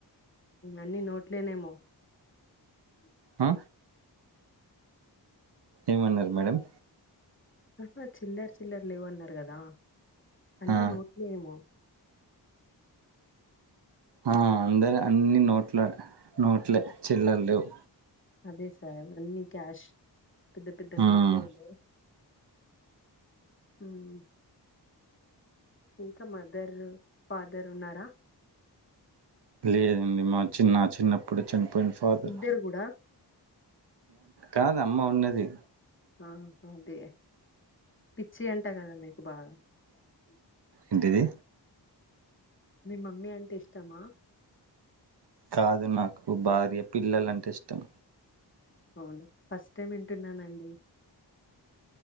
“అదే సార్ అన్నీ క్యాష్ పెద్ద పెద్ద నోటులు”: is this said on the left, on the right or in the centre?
Left